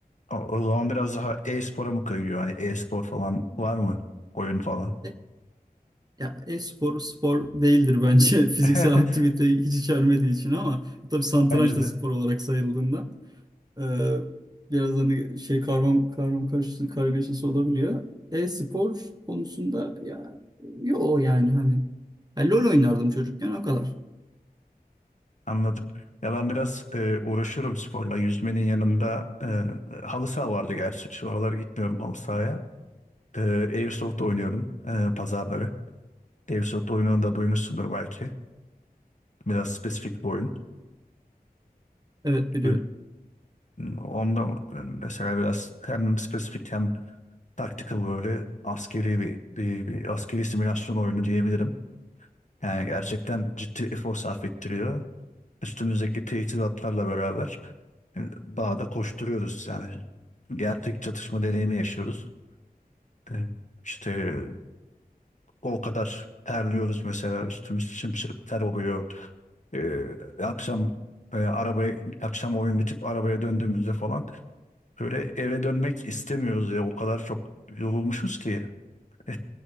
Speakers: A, on the left; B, on the right.
A: O, o zaman biraz daha e-spora mı kayıyor? Hani e-spor falan var mı? Oyun falan.
B: E, Ya e-spor spor değildir bence <laughs> fiziksel
A: <laughs>
B: aktivite hiç içermediği için ama tabii satranç
A: Bence
B: da
A: de.
B: spor olarak sayıldığında. Ee, biraz hani şey karmam karmam karışısı kargaşası olabiliyor. E-spor konusunda ya yo yani hani ya LoL oynardım çocukken o kadar.
A: Anladım. Ya ben biraz e, uğraşıyorum sporla. Yüzmenin yanında e, halı saha vardı gerçi. Şu aralar gitmiyorum halı sahaya. E, Airsoft oynuyorum e, pazarları. Airsoft oyununu da duymuşsundur belki. Biraz spesifik bir oyun.
B: Evet biliyorum.
A: Ü- Onda e, mesela biraz hem spesifik hem tactical böyle askeri bir, bir, bir askeri simülasyon oyunu diyebilirim. Yani gerçekten ciddi efor sarf ettiriyor. Üstünüzdeki teçhizatlarla beraber Bağda koşturuyoruz yani. Gerçek çatışma deneyimi yaşıyoruz. E, İşte o kadar terliyoruz mesela üstümüz sımsıkı ter oluyor. E, akşam e, arabaya akşam oyun bitip arabaya döndüğümüzde falan böyle eve dönmek istemiyoruz ya o kadar çok yorulmuşuz ki. <laughs>